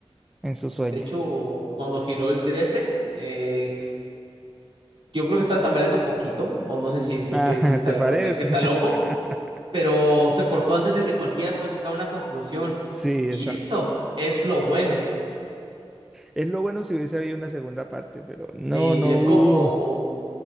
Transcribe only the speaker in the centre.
en su sueño.
Ah,
<laughs> ¿te
parece?
<laughs>
Sí,
exacto.
Es lo bueno si hubiese habido una segunda parte, pero no,
no
hubo.